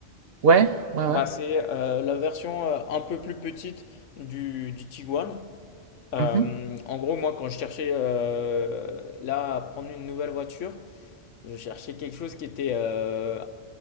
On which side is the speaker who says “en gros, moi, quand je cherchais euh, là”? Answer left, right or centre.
Left